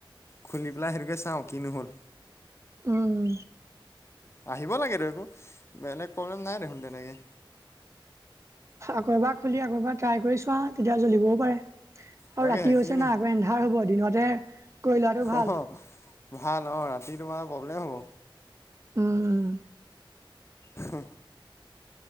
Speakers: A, on the left; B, on the right.
A: খুলি পেলাই সেইটোকে চাওঁ, কিনো হ'ল।
B: উম।
A: আহিব লাগেতো, একো বেলেগ প্ৰব্লেম নাই দেখোন তেনেকে।
B: আকৌ এবাৰ খুলি আকৌ এবাৰ ট্ৰাই কৰি চোৱা, তেতিয়া জ্বলিবও পাৰে। আৰু
A: তাকেহে
B: ৰাতি হৈছে
A: কিনো
B: না, আকৌ এন্ধাৰ হব। দিনতে কৰি লোৱাটো ভাল
A: অ' হঁ। ভাল অ' ৰাতি তোমাৰ প্ৰব্লেম হ'ব।
B: উম।
A: হঁ।